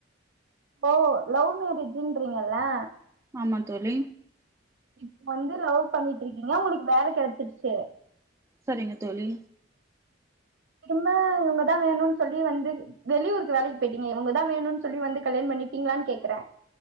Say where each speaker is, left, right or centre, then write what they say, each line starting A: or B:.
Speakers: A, on the right; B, on the right.
A: ஓ லவ் மேரேஜ்ன்றீங்களா
B: ஆமா தோழி
A: இப்ப வந்து லவ் பண்ணிட்டு இருக்கீங்க உங்களுக்கு வேலை கெடச்சிருச்சு
B: சரிங்க தோழி.
A: திரும்ப இவங்கதா வேணும்னு சொல்லி வந்து வெளியூர்க்கு வேலைக்கி போயிட்டீங்க இவங்கதா வேணும்னு சொல்லி வந்து கல்யாணோ பண்ணிப்பீங்களான்னு கேக்குறேன்